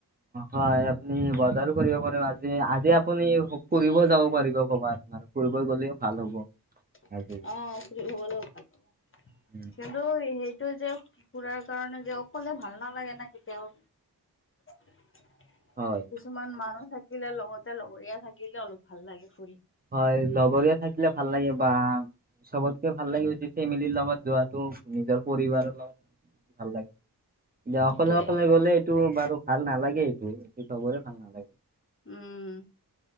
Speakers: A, on the right (about 25°); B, on the left (about 30°).
A: হয় আপুনি বজাৰো কৰিব পাৰিব আজি। আজি আপুনি ফুৰিব যাব পাৰিব। ক'বা তাৰ ফুৰিব গলেও ভাল হ'ব
B: অ,
A: আজি
B: ফুৰিব গ'লেও ভাল হ'ব
A: উম,
B: কিন্তু এইটো যে খুৰাৰ কাৰণে যে অকলে ভাল নালাগে নেকি তেওঁ। কিছুমান
A: হয়
B: মানুহ থাকিলে লগতে লগৰীয়া থাকিলে অলপ ভাল লাগে ফুৰি।
A: হয় লগৰীয়া থাকিলে ভাল লাগে বা চবতকে ভাল লাগিব যে ফেমিলিৰ লগত যোৱাটো নিজৰ পৰিবাৰৰ লগত ভাল লাগে তে
B: সেইটোৱে
A: অকলে অকলে গলে এইটো বাৰু ভাল নালাগে এইটো এইটো চবৰে ভাল নালাগে
B: উম